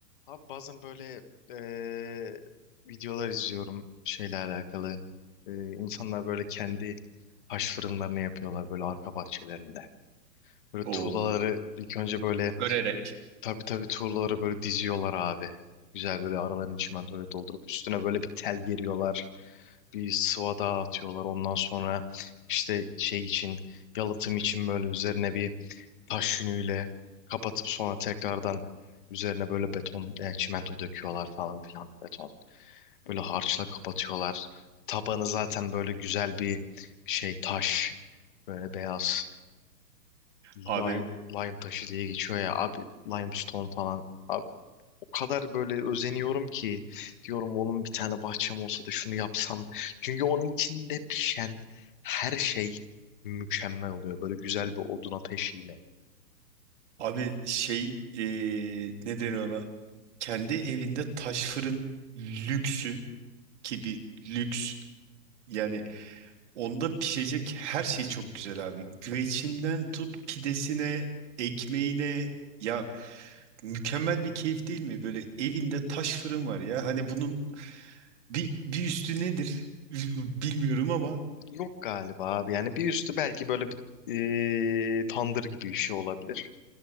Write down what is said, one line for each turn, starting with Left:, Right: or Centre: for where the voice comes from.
Left: Abi bazen böyle eee, videolar izliyorum şeyle alakalı. Eee, insanlar böyle kendi taş fırınlarını yapıyorlar böyle arka bahçelerinde. Böyle
Right: O
Left: tuğlaları ilk önce böyle
Right: örerek.
Left: tabii tabii tuğlaları böyle diziyorlar abi. Güzel böyle aralarını çimentoyla doldurup üstüne böyle bir tel geriyorlar. Bir sıvada atıyorlar. Ondan sonra işte şey için yalıtım için böyle üzerine bir taş yünüyle kapatıp sonra tekrardan üzerine böyle beton, e, çimento döküyorlar falan filan beton. Böyle harçla kapatıyorlar. Tabanı zaten böyle güzel bir şey taş. Böyle beyaz lime,
Right: Abi
Left: lime taşı diye geçiyor ya abi limestone falan. Abi, o kadar böyle özeniyorum ki diyorum onun bir tane bahçem olsa da şunu yapsam. Çünkü onun içinde pişen her şey mükemmel oluyor. Böyle güzel bir odun ateşiyle.
Right: abi şey eee ne deniyor ona? Kendi evinde taş fırın lüksü ki bir lüks yani onda pişecek her şey çok güzel abi. Güvecinden tut pidesine, ekmeğine ya mükemmel bir keyif değil mi? Böyle evinde taş fırın var ya. Hani bunun bir bir üstü nedir? Bilmiyorum ama
Left: Yok galiba abi. Yani bir üstü belki böyle bir eee, tandır gibi bir şey olabilir.